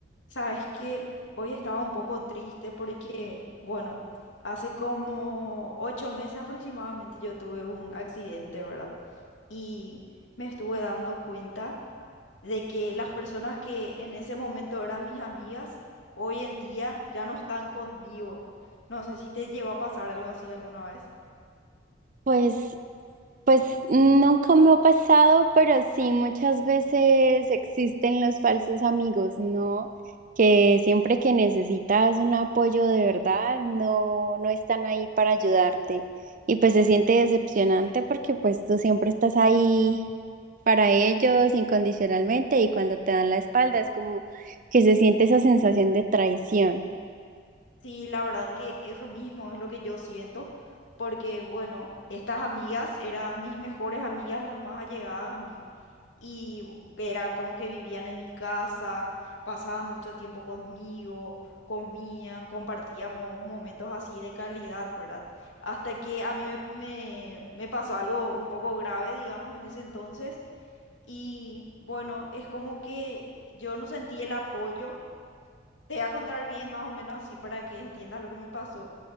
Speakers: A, on the left (about 85°); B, on the right (about 45°).
A: Sabes que hoy estaba un poco triste porque, bueno, hace como ocho meses aproximadamente yo tuve un accidente, ¿verdad? Y me estuve dando cuenta de que las personas que en ese momento eran mis amigas, hoy en día ya no están conmigo. No sé si te llegó a pasar algo así alguna vez.
B: Pues, pues nunca me ha pasado, pero sí muchas veces existen los falsos amigos, ¿no? Que siempre que necesitas un apoyo de verdad, no, no están ahí para ayudarte. Y pues se siente decepcionante porque pues tú siempre estás ahí para ellos incondicionalmente y cuando te dan la espalda es como que se siente esa sensación de traición.
A: Sí, la verdad que eso mismo es lo que yo siento, porque bueno, estas amigas eran mis mejores amigas, las más allegadas a mí, y bu- era como que vivían en mi casa, pasaban mucho tiempo conmigo, comían, compartíamos momentos así de calidad, ¿verdad? Hasta que a mí me, me, me pasó algo un poco grave, digamos, en ese entonces, y bueno, es como que yo no sentí el apoyo te voy a contar bien, más o menos así, para que entiendas lo que me pasó.